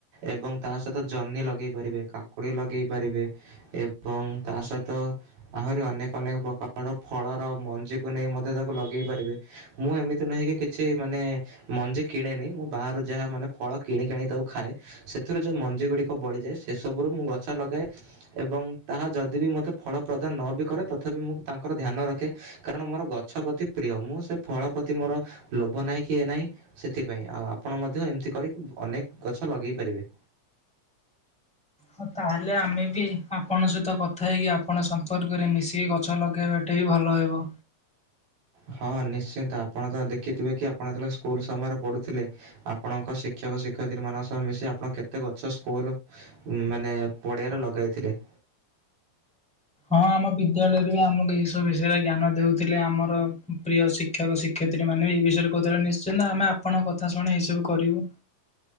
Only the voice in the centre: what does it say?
ହଁ ତାହେଲେ ଆମେ ବି ଆପଣଙ୍କ ସହିତ କଥା ହେଇକି ଆପଣ ସମ୍ପର୍କରେ ମିଶିକି ଗଛ ଲଗେଇବା। ସେଟା ବି ଭଲ ହେବ
ହଁ ଆମ ବିଦ୍ୟାଳୟରେ ବି ଆମକୁ ଏଇ ସବୁ ବିଷୟରେ ଜ୍ଞାନ ଦେଉଥିଲେ ଆମର ପ୍ରିୟ ଶି କ୍ଷକ ଶିକ୍ଷୟିତ୍ରୀ ମାନେ ଏଇ ବିଷୟରେ କଉଥିଲେ ନିଶ୍ଚିନ୍ତ ଆମେ ଆପଣଙ୍କ କଥା ଶୁଣି ଏଇସବୁ କରିବୁ।